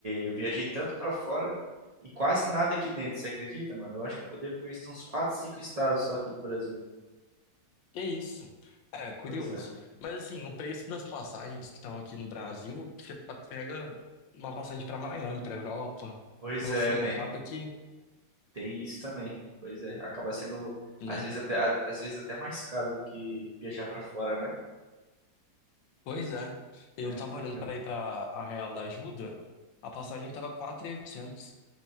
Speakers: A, on the right; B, on the left.
A: eu viajei tanto para fora e quase nada aqui dentro, você acredita, mano? Eu acho que eu devo conhecer uns 4 5 estados só aqui do Brasil.
B: Que isso? É, curioso.
A: Pois é.
B: Mas assim, o preço das passagens que estão aqui no Brasil, você pa- pega uma passagem para Miami, para Europa.
A: Pois
B: Então,
A: é,
B: assim,
A: tem.
B: acaba que,
A: Tem isso também. Pois é, acaba sendo
B: né?
A: às vezes até a- às vezes até mais caro do que viajar pra fora, né?
B: Pois é. Eu
A: É,
B: tava
A: não
B: olhando
A: é caro.
B: para ir para a Real da Ajuda, a passagem tava 4.800.